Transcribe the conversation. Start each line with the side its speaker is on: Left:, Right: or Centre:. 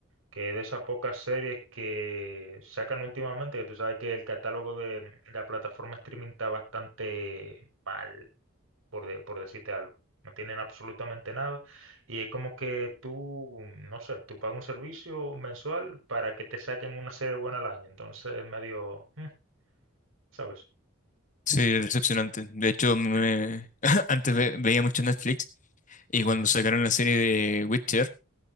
Right: que de esas pocas series que sacan últimamente, que tú sabes que el catálogo de la plataforma streaming está bastante mal, por, de- por decirte algo. No tienen absolutamente nada. Y es como que tú, no sé, tú pagas un servicio mensual para que te saquen una serie buena al año. Entonces es medio, mm, ¿sabes?
Left: Sí, decepcionante. De hecho, me-
Right: <laughs>
Left: <laughs> antes
Right: Ujú,
Left: ve- veía mucho Netflix y cuando
Right: ujú,
Left: sacaron la serie de Witcher,